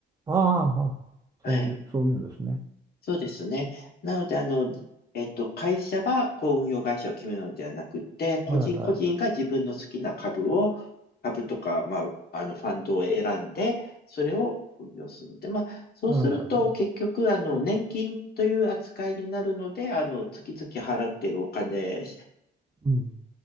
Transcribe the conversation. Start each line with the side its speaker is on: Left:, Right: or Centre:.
Right: ああ、は
Left: はい。
Right: そういう、そういうんですね。
Left: そうですね。なので、あの、えっと、会社がこう運用会社を決めるのではなくて、個人個人が自分の好きな株を、
Right: はいはい。
Left: 株とか、まあ、あの、ファンドを選んで、それを運用するので、まあ、そうすると、
Right: ああ、なるほど。
Left: 結局、あの、年金という扱いになるので、あの、月々払っているお金
Right: うん。